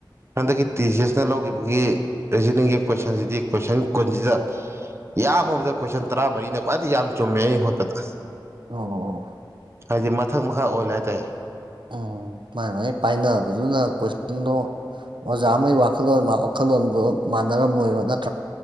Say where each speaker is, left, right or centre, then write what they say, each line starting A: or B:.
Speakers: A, on the right (about 30°); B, on the right (about 70°).
A: ꯍꯟꯗꯛꯀꯤ ꯇꯤ ꯁꯤ ꯑꯦꯁꯅ ꯂꯧꯈꯤꯕꯒꯤ ꯔꯤꯖꯅꯤꯡꯒꯤ ꯀꯣꯏꯁꯟꯁꯤꯗꯤ ꯀꯣꯏꯁꯟ ꯀꯨꯟꯁꯤꯗ ꯌꯥꯝꯃꯕꯗ ꯀꯣꯏꯁꯟ ꯇꯔꯥꯃꯔꯤꯅ ꯈ꯭ꯋꯥꯏꯗꯒꯤ ꯌꯥꯝ ꯆꯨꯝꯃꯦ ꯑꯩꯅ ꯍꯣꯠꯄꯗ
B: ꯑꯣ
A: ꯍꯥꯏꯗꯤ ꯃꯊꯛ ꯃꯈꯥ ꯑꯣꯜꯂꯦ ꯍꯥꯏꯇꯥꯢ
B: ꯑꯣ ꯃꯥꯥꯏ ꯃꯥꯏ ꯄꯥꯏꯅꯕ ꯑꯗꯨꯅ ꯀꯣꯏꯁꯟꯗꯣ ꯑꯣꯖꯥ ꯑꯃꯒꯤ ꯋꯥꯈꯜꯂꯣꯟ ꯋꯥꯈꯜꯂꯣꯟꯕꯨ ꯃꯥꯟꯅꯔꯝꯃꯣꯏꯕ ꯅꯠ